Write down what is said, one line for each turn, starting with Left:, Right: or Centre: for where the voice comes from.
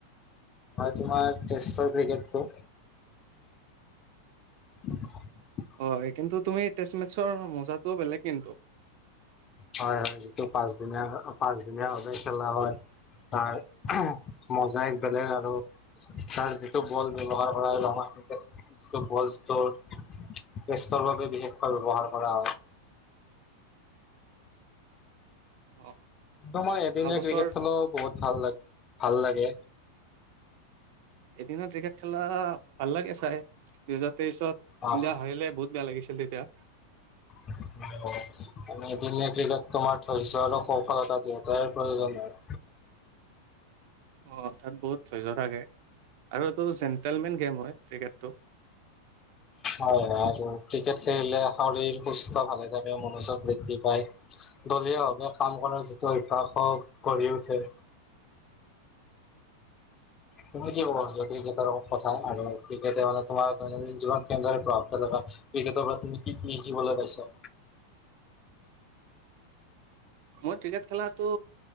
Left: মই তোমাৰ টেষ্টৰ ক্ৰিকেটটো। <unintelligible>
Right: অ কিন্তু তুমি টেষ্ট মেটছৰ মজাটোও বেলেগ কিন্তু।
Left: হয়-হয়, যিটো পাঁচদিনীয়া বা পাঁচদিনীয়া বাবে খেলা হয় তাৰ উহো মজাই বেলেগ আৰু তাৰ যিটো বল ব্যৱহাৰ কৰা ৰঙা <unintelligible> যিটো বল যিটো টেষ্টৰ বাবে বিশেষকৈ ব্যবহাৰ কৰা হয়
Right: অ
Left: ত মই এদিনীয়া
Right: অহা বছৰ
Left: ক্ৰিকেট খেলো, বহুত ভাল লা ভাল লাগে
Right: এদিনত ক্ৰিকেট খেলা ভাল লাগে চাই। দু হেজাৰ তেইছত
Left: অ'
Right: ইণ্ডিয়া হাৰিলে বহুত বেয়া লাগিছিল তেতিয়া
Left: মানে এদিনীয়া ক্ৰিকেট তোমাৰ ধৈৰ্য্য আৰু কৌশলতা দুইটাৰে প্ৰয়োজন হয়।
Right: অ, তাত বহুত ধৈৰ্য্য থাকে আৰু এইটো জেণ্টেলমেন গেম হয় ক্ৰিকেটটো।
Left: হয় আৰু ক্ৰিকেট খেলিলে শৰীৰ সুস্থ ভালে থাকে, মনোযোগ বৃদ্ধি পায়। দলীয়ভাৱে কাম কৰাৰ যিটো অভ্যাস হওক গঢ়ি উঠে তুমি কি কব খোজ' ক্ৰিকেটৰ কথা আৰু ক্ৰিকেটে মানে তোমাৰ দৈনন্দিন জীৱন কেনেদৰে প্ৰভাৱ পেলায় বা ক্ৰিকেটৰ পৰা তুমি কি-কি শিকিবলৈ পাইছা?
Right: মই ক্ৰিকেট খেলাটো